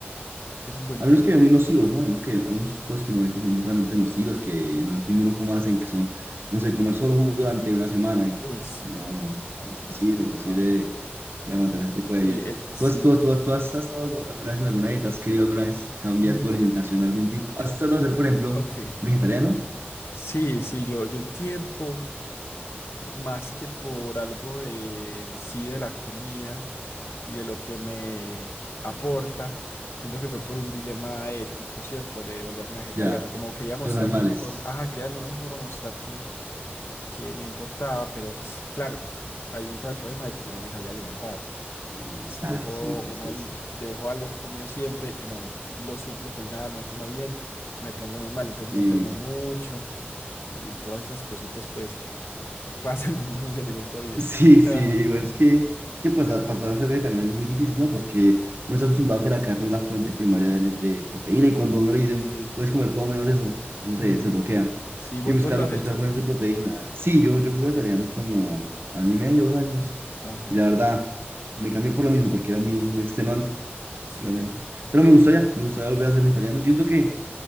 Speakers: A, on the left; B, on the right.
A: que es un buen
B: hay
A: tema.
B: unos que ven muy nocivos, ¿no? Hay, uno que, hay unas cosas que uno ve que son realmente nocivas, que no entiende uno cómo hacen, que son, no sé, comer solo jugo durante una semana. Y-
A: Uy, sí,
B: No,
A: no,
B: no, imposible, imposible
A: no.
B: de, de aguantar ese tipo de dietas.
A: Oye, el, sí,
B: ¿Tú has, tú, has- tú has- tú has estado algu- alguna vez en alguna dieta? ¿Has querido alguna vez cambiar
A: mm,
B: tu alimentación de algún tipo?
A: yo,
B: ¿Has
A: yo-
B: tratado de ser, por ejemplo,
A: ok.
B: vegetariano?
A: Sí, sí, yo, yo un tiempo. más que por algo de en sí de la comida y de lo que me aporta, siento que fue por un dilema ético, ¿cierto? Le de volverme vegetariano,
B: Ya,
A: como quería mostrar
B: los animales.
A: de alguna forma, ajá, quería de alguna forma mostrar que, que me importaba, pero claro, ahí entraba el problema de que yo no me sabía alimentar. Y si
B: Claro,
A: dejo
B: sí, entonces.
A: una di- dejo algo que he comido siempre y no lo suplo con nada, no como bien, me pongo muy mal, entonces
B: Y
A: me enfermé mucho y y todas esas cositas, pues que pasan <laughs> cuando uno se alimenta
B: <laughs>
A: bien.
B: sí, sí,
A: Ajá.
B: igual es que, es que pasar,
A: Ajá, con-
B: pasar a ser vegetariano es muy difícil, ¿no? Porque uno
A: sí,
B: está acostumbrado a que la carne es la fuente primaria de, alim- de proteína y cuando a uno le dicen,
A: sí.
B: puedes comer todo menos eso, uno
A: ujú.
B: se, se bloquea.
A: Sí, vos,
B: Y buscar,
A: vos lo has hecho.
B: buscar fuentes de proteína. Sí, yo,
A: Sí,
B: yo fui vegetariano
A: sí,
B: como año y medio, dos años.
A: ajá,
B: Y la verdad, me cambié por lo mismo, porque era muy, muy extenuante,
A: sí,
B: realmente. Pero me gustaría, me gustaría volver a ser vegetariano. Yo siento que